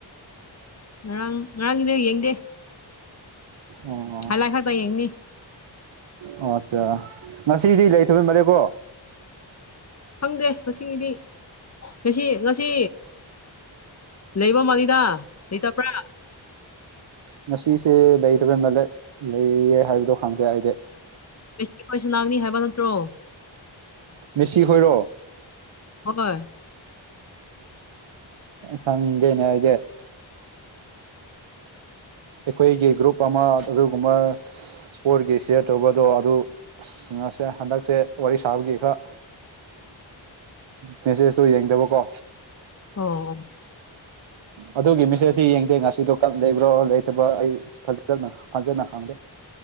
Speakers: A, on the left; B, on the right.
A: ꯉꯔꯥꯡ ꯉꯔꯥꯡꯒꯤ ꯅ ꯌꯦꯡꯗꯦ
B: ꯑꯣ ꯍꯣ
A: ꯍꯥꯏꯂꯥꯏꯠ ꯈꯛꯇ ꯌꯦꯡꯅꯤ
B: ꯑꯣ ꯑꯠꯆꯥ ꯉꯁꯤꯗꯤ ꯂꯩꯇꯕꯩ ꯃꯔꯦꯀꯣ
A: ꯈꯪꯗꯦ ꯉꯁꯤꯒꯤꯗꯤ ꯉꯁꯤ ꯉꯁꯤ ꯂꯩꯕꯣ ꯃꯥꯂꯤꯗ ꯂꯩꯇꯕ꯭ꯔꯥ
B: ꯉꯁꯦ ꯂꯩꯗꯕꯩ ꯃꯂꯦ ꯂꯩꯌꯦ ꯍꯥꯏꯕꯗꯣ ꯈꯪꯗꯦ ꯑꯩꯗꯤ
A: ꯑꯩꯈꯣꯏ ꯁꯅꯥꯛꯅꯤ ꯍꯥꯏꯕ ꯅꯠꯇ꯭ꯔꯣ
B: ꯃꯦꯁꯤ ꯍꯣꯏꯔꯣ
A: ꯍꯣꯏ
B: ꯁꯪꯗꯦꯅꯦ ꯑꯩꯗꯤ ꯑꯩꯈꯣꯏꯒꯤ ꯒ꯭ꯔꯨꯞ ꯑꯃ ꯑꯗꯨꯒꯨꯝꯕ ꯏꯁꯄꯣꯔꯠꯀꯤ ꯁꯤꯌꯔ ꯇꯧꯕꯗꯣ ꯑꯗꯨꯁꯦ ꯍꯟꯗꯛꯁꯦ ꯋꯥꯔꯤ ꯁꯥꯕꯒꯤ ꯈꯔ ꯃꯦꯁꯦꯖꯇꯣ ꯌꯦꯡꯗꯕꯀꯣ
A: ꯑꯣꯝ
B: ꯑꯗꯨꯒꯤ ꯃꯦꯁꯦꯁꯇꯤ ꯌꯦꯡꯗꯦ ꯉꯁꯤꯗꯣ ꯀꯞ ꯂꯩꯕ꯭ꯔꯣ ꯂꯩꯇꯕ ꯑꯩ ꯐꯖꯥꯅ ꯐꯖꯥꯅ ꯈꯪꯗꯦ